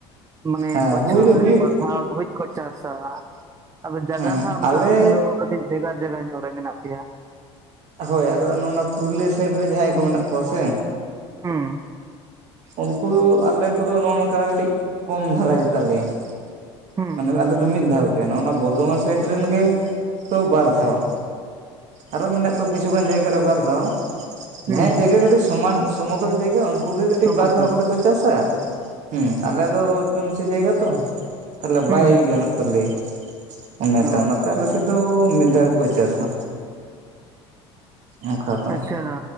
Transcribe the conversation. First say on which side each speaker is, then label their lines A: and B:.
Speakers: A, on the right (about 20°); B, on the right (about 55°).
A: ᱢᱟᱱᱮ
B: ᱦᱮᱸ
A: ᱵᱚᱪᱷᱚᱨ
B: ᱦᱩᱭ ᱫᱚ
A: ᱨᱮ
B: ᱦᱩᱭᱩᱜ
A: ᱵᱟᱨ ᱫᱷᱟᱣ ᱫᱷᱟᱹᱵᱤᱡ ᱠᱚ ᱪᱟᱥᱟ ᱟᱫᱚ ᱡᱟᱭᱜᱟ
B: ᱦᱮᱸ
A: ᱫᱚᱦᱟᱜ ᱚᱱᱠᱟ
B: ᱟᱞᱮ
A: ᱟᱵᱤᱱ ᱫᱚ ᱠᱟᱹᱴᱤᱡ ᱵᱷᱮᱜᱟᱨ ᱡᱟᱭᱜᱟ ᱧᱚᱜ ᱨᱮ ᱢᱮᱱᱟᱜ ᱯᱮᱭᱟ
B: ᱦᱳᱭ ᱟᱞᱮ ᱫᱚ ᱱᱚᱜᱼ ᱚᱱᱟ ᱯᱩᱨᱩᱞᱤᱭᱟᱹ ᱥᱟᱭᱤᱰ ᱨᱮ ᱡᱟᱦᱟᱸᱭ ᱠᱚ ᱢᱮᱱᱟᱜ ᱠᱚᱣᱟ ᱥᱮ
A: ᱦᱩᱸ
B: ᱩᱱᱠᱩ ᱟᱞᱮ ᱠᱚᱫᱚ ᱱᱚᱣᱟ ᱱᱚᱝᱠᱟ ᱠᱟᱹᱴᱤᱡ ᱠᱚᱢ ᱫᱷᱟᱨᱟ ᱜᱮᱛᱟᱞᱮᱭᱟ
A: ᱦᱩᱸ
B: ᱢᱟᱱᱮ ᱟᱞᱮ ᱢᱤᱫ ᱫᱷᱟᱣ ᱜᱮ ᱚᱱᱟ ᱵᱚᱨᱫᱷᱚᱢᱟᱱ ᱥᱟᱭᱤᱰ ᱨᱮᱱ ᱜᱮ ᱠᱚ ᱵᱟᱨ ᱫᱷᱟᱣ-ᱟ ᱟᱨᱚ ᱢᱮᱱᱟᱜ ᱠᱚᱣᱟ ᱠᱤᱪᱷᱩᱜᱟᱱ ᱡᱟᱭᱜᱟ ᱨᱮ ᱵᱟᱨ ᱫᱷᱟᱣ
A: ᱦᱩᱸ
B: ᱡᱟᱦᱟᱭᱜᱟ ᱡᱟᱭᱜᱟ ᱠᱟᱰᱤᱡ ᱥᱚᱢᱟᱱ ᱥᱚᱢᱚᱫᱚᱞ ᱡᱟᱭᱜᱟ ᱩᱱᱠᱩ ᱜᱮ ᱠᱟᱹᱴᱤᱡ
A: ᱥᱚᱢᱚᱛᱚᱞ
B: ᱵᱟᱨ ᱫᱷᱟᱣ ᱠᱟᱛᱮ ᱠᱚ ᱪᱟᱥᱟ ᱦᱩᱸ ᱟᱞᱮ ᱫᱚ ᱩᱪᱩ ᱱᱤᱪᱩ ᱡᱟᱭᱜᱟ ᱛᱚ ᱛᱟᱦᱚᱞᱮ
A: ᱦᱩᱸ
B: ᱵᱟᱭ
A: ᱦᱩᱸ
B: ᱜᱟᱱᱚᱜ ᱛᱟᱞᱮᱭᱟ ᱚᱱᱟᱛᱮ
A: ᱚ
B: ᱚᱱᱟᱛᱮ ᱟᱞᱮ ᱥᱮᱫ ᱫᱚ ᱢᱤᱫ ᱫᱷᱟᱣ ᱜᱮᱠᱚ ᱪᱟᱥᱟ᱾ ᱚᱱᱠᱟ ᱫᱚ
A: ᱟᱪᱪᱷᱟ